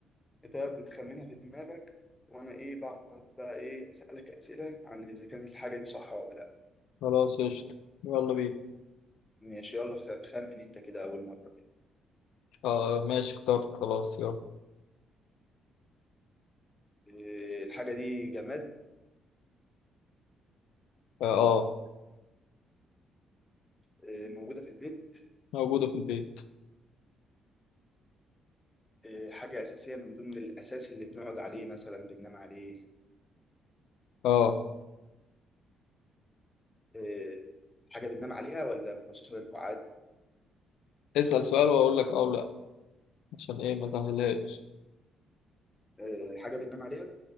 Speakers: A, on the left; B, on the left.
A: انت بتخمنها في دماغك وانا ايه بقعد بقى ايه اسالك اسئله عن اذا كان الحاجه دي صح ولا لا
B: خلاص قشطة يلا بينا
A: ماشي يلا خ- خمن انت كده اول مره كده
B: آه ماشي اخترت خلاص يلا
A: آه، الحاجه دي جماد
B: اه آه،
A: آه، موجوده في البيت
B: موجوده في البيت
A: إيه، حاجة أساسية من ضمن الأساس اللي بنقعد عليه مثلا بننام عليه
B: اه
A: إيه، حاجة بننام عليها ولا مخصصة للقعاد
B: اسأل سؤال واقول لك اه ولا عشان ايه ما سهلهاش
A: إيه، حاجة بننام عليها